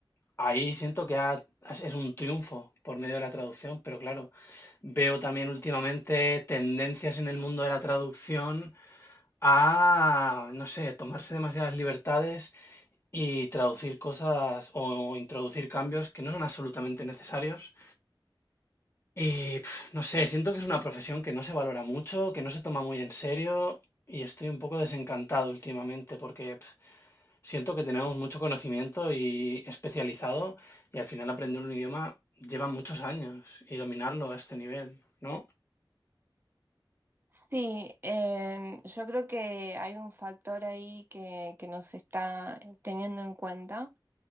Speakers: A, on the left (about 30°); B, on the right (about 25°).
A: Ahí siento que ha- es un triunfo por medio de la traducción, pero claro, veo también últimamente tendencias en el mundo de la traducción a, no sé, tomarse demasiadas libertades y traducir cosas o introducir cambios que no son absolutamente necesarios. Y pf, no sé, siento que es una profesión que no se valora mucho, que no se toma muy en serio y estoy un poco desencantado últimamente porque pf, siento que tenemos mucho conocimiento y especializado y al final aprender un idioma lleva muchos años y dominarlo a este nivel, ¿no?
B: Sí, em, yo creo que hay un factor ahí que, que no se está teniendo en cuenta.